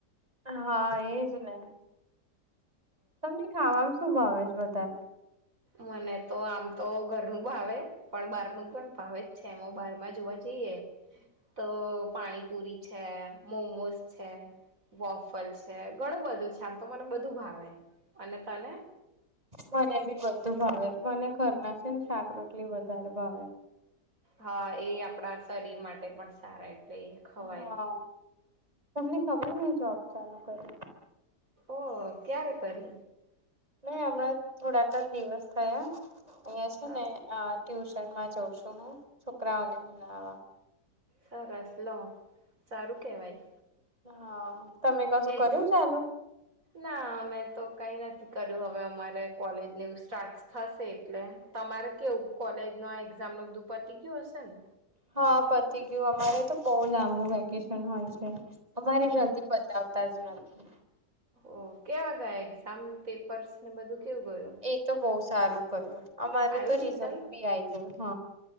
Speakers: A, on the right; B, on the right.
A: હા એજ ને તમને ખાવાવામાં શું ભાવે છે અઠ વધદ
B: મને તો આમ તો ઘરનું ભાવે પણ બહારનું પણ ભાવે અચ્છા એમાં બાર માં જોવા જઈએ તો પાણીપુરી છે મોમોસ છે બોફલ છે ઘણું બધું છે આમ તો મને બધું ભાવે અને તને
A: મને બી બધું ભાવે મને ઘરના છે ને શાક રરોટલી વધારે ભાવે
B: હા એ આપણા શરીર માટે પણ સારા પ્લે ખવારે
A: હા તમને ખબર મેને જોબ ચાલુ કરી
B: ઓ ક્યારે કરી
A: નાહી હમણાં થોડાક જ દિવસ થયા અયા છે
B: હા
A: ને આ ટ્યુશનમાં જોઉ છું હું છોકરાઓને ભણવા
B: સરસ લો સારું કેવાય.
A: હા. તમે કશું
B: એક્સ
A: કર્યું ચાલુ
B: ના મેં તો. કઈ નથી કર્યું હવે અમારે કોલેજ સાર્ટ થશે એટલે તમારે કેવું કોલેજ ન એક્ઝામ નધુ પતી ગયું હશે ને.
A: હા પતિ ગયું અમારે તો બહુ લાંબુ વેકેશન હોય છે. અમારી
B: હા
A: જલ્દી પતા. તજ નથીથી.
B: ઓ કેવા ગયા એક્ઝામ પેપર્સ ને બધું. કેવું ગયું
A: એ તો બહ સારું કર્યું અમારે
B: આવ્યું
A: તો રીઝલ
B: રિઝલ્ટ
A: બી આઈ ગયોું હ